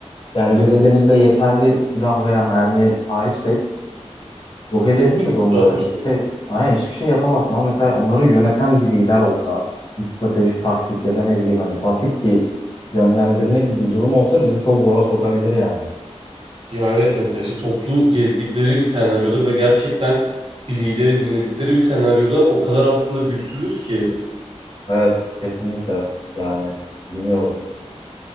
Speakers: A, on the left (about 45°); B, on the right (about 50°).
A: Yani
B: Evet.
A: biz elimizde yeterli silah veya mermiye sahipsek yok edebiliriz
B: Çok çabuk
A: onları.
B: dağıtırsın.
A: Hiçbir şey, aynen hiçbir şey yapamazsın. Ama mesela onları yöneten bir lider olsa, bir stratejik taktik ya da ne bileyim hani basit bir yönlendirme gibi bir durum olsa bizi çok zora sokabilir yani.
B: Ya evet mesela işte toplu gezdikleri bir senaryoda ve gerçekten bir lideri dinledikleri bir senaryoda o kadar aslında güçsüzüz ki.
A: Evet, kesinlikle. Yani bilmiyorum.